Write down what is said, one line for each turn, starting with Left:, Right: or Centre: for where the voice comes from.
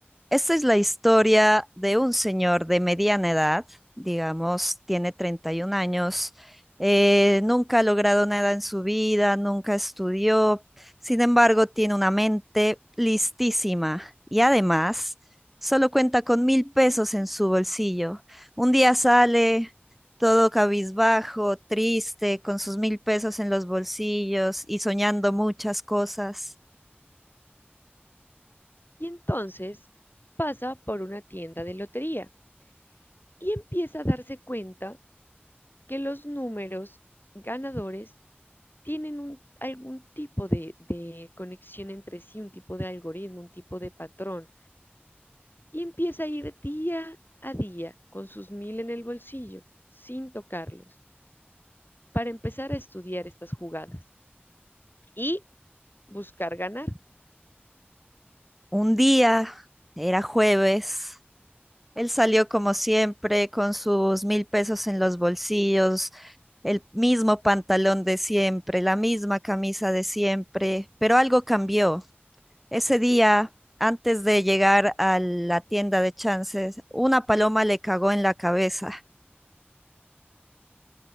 Centre: esta es la historia de un señor de mediana edad, digamos, tiene 31 años, eh, nunca ha logrado nada en su vida, nunca estudió, sin embargo, tiene una mente listísima y además solo cuenta con mil pesos en su bolsillo. Un día sale todo cabizbajo, triste, con sus mil pesos en los bolsillos y soñando muchas cosas.
Left: Y entonces pasa por una tienda de lotería y empieza a darse cuenta que los números ganadores tienen un- algún tipo de, de conexión entre sí, un tipo de algoritmo, un tipo de patrón. Y empieza a ir día a día con sus mil en el bolsillo, sin tocarlos, para empezar a estudiar estas jugadas. y buscar ganar.
Centre: Un día, era jueves, él salió como siempre con sus mil pesos en los bolsillos, el mismo pantalón de siempre, la misma camisa de siempre, pero algo cambió. Ese día, antes de llegar a la tienda de chances, una paloma le cagó en la cabeza.